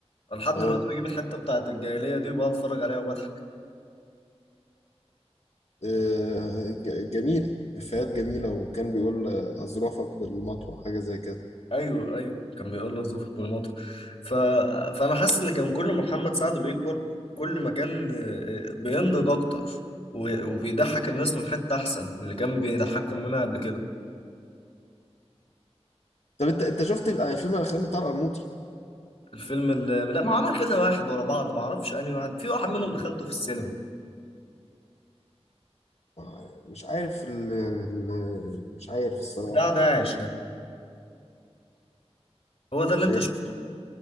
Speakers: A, on the left (about 55°); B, on the left (about 75°).
A: انا لحد
B: اه
A: دلوقتي بجيب الحته بتاعت الجاهليه دي وبقعد اتفرج عليها وبضحك
B: آه، ج- جميل إفيهات جميلة وكان بيقول آه، أظرافك بالمطوة حاجة زي كده
A: ايوه ايوه كان بيقول له زوفك بالمطر ف... فانا حاسس ان كان كل ما محمد سعد بيكبر كل ما كان آه، آه، بينضج اكتر و... وبيضحك الناس من حته احسن من اللي كان بيضحكهم منها قبل كده
B: طب أنت أنت شفت الفيلم الأخراني بتاع القرموطي؟
A: الفيلم اللي لا ما عمل كذا واحد ورا بعض ما اعرفش انهي واحد في واحد منهم دخلته في السينما
B: آه، مش عارف ال... ال- مش عارف الصراحة
A: بتاع داعش ده هو ده اللي انت
B: ده-
A: شفته